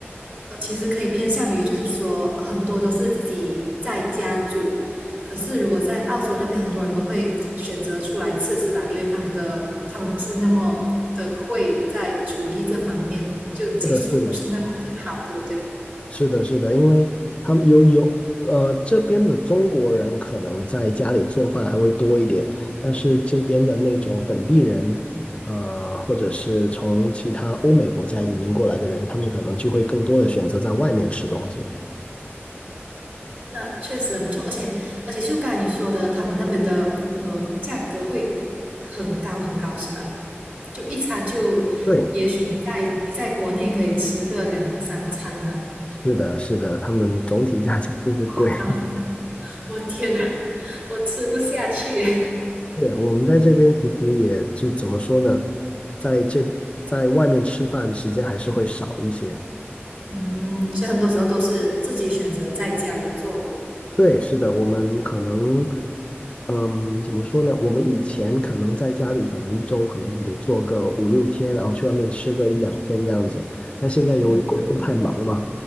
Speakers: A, on the right; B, on the left.
A: 呃，其实可以偏向于就是说很多都是自己在家住，可是如果在澳洲那边，很多人都会选择出来吃，是吧？因为他们的他们不是那么的会在厨艺这方面，就技术不是那么的好，
B: 是的，是的，
A: 对不对？
B: 是的，是的，因为他们有有呃这边的中国人可能在家里做饭还会多一点，但是这边的那种本地人。呃，或者是从其他欧美国家移民过来的人，他们可能就会更多的选择在外面吃东西。
A: 那确实很不错，而且而且就刚才你说的，他们那边的呃价格会很高很高，是吧？就一餐就，
B: 对，
A: 也许你在你在国内可以吃个两三餐了嘛，
B: 是的，是的，他们总体价钱就是贵。
A: 夸张，
B: <laughs>
A: 我天哪，我吃不下去。
B: 对，我们在这边其实也就怎么说呢，在这在外面吃饭时间还是会少一些。
A: 嗯，所以很多时候都是自己选择在家里做咯。
B: 对，是的，我们可能，嗯，怎么说呢？我们以前可能在家里，可能一周可能就得做个五六天，然后去外面吃个一两天这样子。但现在由于工作太忙嘛，
A: 嗯，